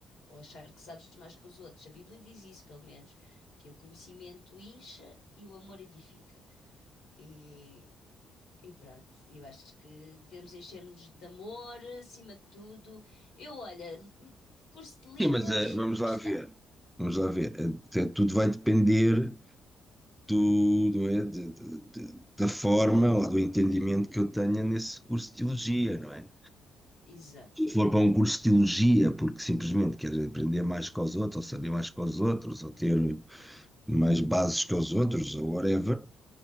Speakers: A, on the left; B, in the centre.
A: ou achar que sabes mais que os outros. A Bíblia diz isso, pelo menos, que o conhecimento incha e o amor edifica. E, e pronto, eu acho que devemos encher-nos de amor acima de tudo. Eu, olha, l- curso de línguas,
B: Sim, mas eh, vamos
A: gostava.
B: lá ver. Vamos lá ver. Eh, Tudo vai depender. tudo é de- de- de- da forma ou do entendimento que eu tenha nesse curso de teologia, não é?
A: Exato.
B: Se for para um curso de teologia, porque simplesmente quer aprender mais que os outros, ou saber mais que os outros, ou ter mais bases que os outros, ou whatever,